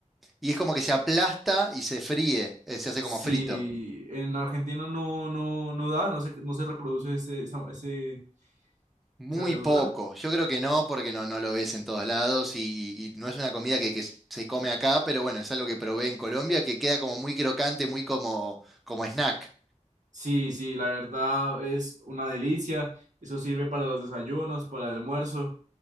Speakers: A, in the centre; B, on the right.
A: Y es como que se aplasta y se fríe, eh, se hace
B: Si
A: como frito.
B: en Argentina no, no, no da, no se, no se reproduce ese, esa, ese-
A: Muy
B: esa verdura.
A: poco. Yo creo que no, porque no, no lo ves en todos lados y, y- y no es una comida que, que se come acá, pero bueno, es algo que probé en Colombia que queda como muy crocante, muy como, como snack.
B: Sí, sí, la verdad es una delicia. Eso sirve para los desayunos, para el almuerzo